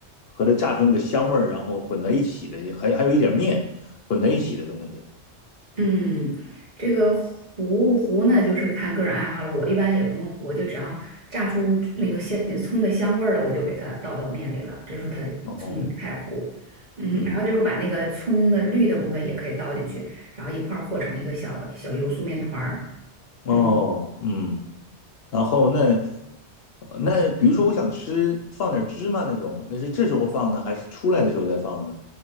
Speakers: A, on the left; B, on the right.
A: 和它炸出那个香味儿，然后混在一起的，还还有一点面。混在一起的东西。
B: 嗯，这个糊不糊呢，就是看个人爱好了。我一般也不弄糊，我就只要炸出那个香葱的香味儿了，我就给它倒到面里了。这时候它葱也不太糊。
A: 哦，
B: 嗯，
A: 嗯，
B: 然后就是把那个葱的绿的部分也可以倒进去，然后一块儿和成一个小小油酥面团儿。
A: 哦，
B: 嗯，
A: 嗯，然后那那比如说我想吃放点芝麻那种，那是这时候放呢，还是出来的时候再放呢？